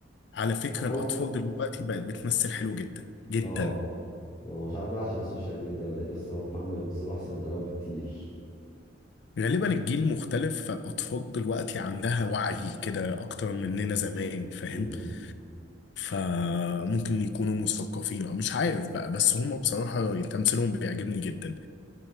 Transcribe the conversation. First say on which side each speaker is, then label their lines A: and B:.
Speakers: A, on the left; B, on the left.
A: على فكرة
B: هم
A: الأطفال دلوقتي بقت بتمثل حلو جدا جدا
B: اه هو مش عارف بقى عشان السوشيال ميديا ولا ايه بس هم فعلا بيمثلوا احسن من الاول بكتير
A: غالبا الجيل مختلف فالأطفال دلوقتي عندها وعي كده أكتر مننا زمان فاهم
B: امم
A: فممكن يكونوا مثقفين أو مش عارف بقى بس هم بصراحة تمثيلهم بيعجبني جدا